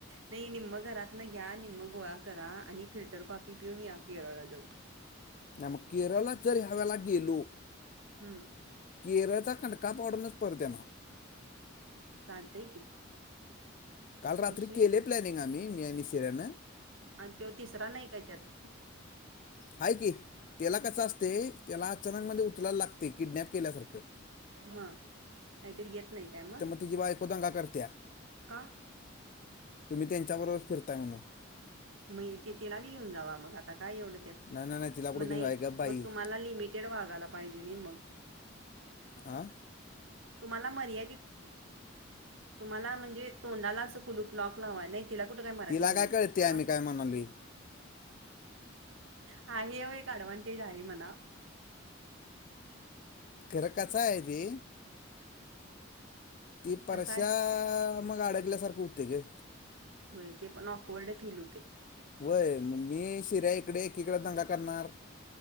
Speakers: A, on the right (about 80°); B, on the left (about 40°).
A: नाही निम्म घरात न घ्या निम्म गोळा करा आणि फिल्टर कॉफी पिऊन या केरळला जाऊन
B: नाही मग केरळ जरी ह्यावे्याळेला गेलो.
A: हम्म.
B: केऱ्याचा कंडका पावडूनच परत येणार.
A: चालतंय की
B: काल रात्री
A: विषय
B: केलय प्लॅनिंग आम्ही मी आणि निशिऱ्यानं.
A: आणि तो तिसरा नाही का त्यात.
B: हय की त्याला कस असते त्याला अचानक मधे उचलायला लागते किडनॅप केल्यासारखं
A: हा नाहीतरी येत नाही काय मग
B: तुझी बायको दंगा करतेया
A: का
B: तुम्ही त्यांच्याबरोबर फिरताय म्हणून
A: मग ते तिला बी घेऊन जावा मग आता काय एवढं त्यात
B: नाही नाही तिला कुठं
A: मग नाही
B: घेऊन जाय का बाई
A: मग तुम्हाला लिमिटेड वागाला पाहिजे नाही मग
B: आ
A: तुम्हाला मर्यादित तुम्हाला म्हणजे तोंडाला असं कुलूप लॉक लावा नाही तिला कुठं काय मराठी
B: तिला
A: समजते
B: काय कळते
A: सोडा
B: आम्ही काय म्हणालोय
A: हा एक अडव्हांटेज आहे मला
B: खर कसा आहे ती ती परशा
A: कसं आहे
B: मग अडगल्यासारखं होते ग
A: होय ते पण ऑकवर्डे फिल होते
B: होय मग मी शिऱ्या इकडे एकीकडे दंगा करणार